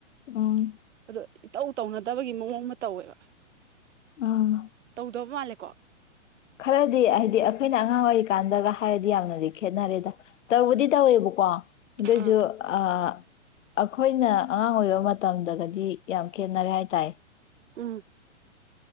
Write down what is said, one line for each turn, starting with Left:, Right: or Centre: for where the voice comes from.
Left: ꯎꯝ
Right: ꯑꯗꯣ ꯇꯧ ꯇꯧꯅꯗꯕꯒꯤ ꯃꯑꯣꯡ ꯑꯃ ꯇꯧꯋꯦꯕ
Left: ꯎꯝ
Right: ꯇꯧꯗꯕ ꯃꯥꯜꯂꯦꯀꯣ
Left: ꯈꯔꯗꯤ ꯍꯥꯏꯗꯤ ꯑꯩꯈꯣꯏꯅ ꯑꯉꯥꯡ ꯑꯣꯏꯔꯤꯀꯥꯟꯗꯒ ꯍꯥꯏꯔꯗꯤ ꯌꯥꯝꯅꯗꯤ ꯈꯦꯠꯅꯔꯦꯗ ꯇꯧꯕꯗꯤ ꯇꯧꯋꯦꯕꯀꯣ ꯑꯗꯨꯏꯁꯨ
Right: ꯑꯥ
Left: ꯑꯥ ꯑꯩꯈꯣꯏꯅ ꯑꯉꯥꯡ ꯑꯣꯏꯕ ꯃꯇ <unintelligible> ꯗꯤ ꯌꯥꯝ ꯈꯦꯠꯅꯔꯦ ꯍꯥꯏ ꯇꯥꯏ
Right: ꯎꯝ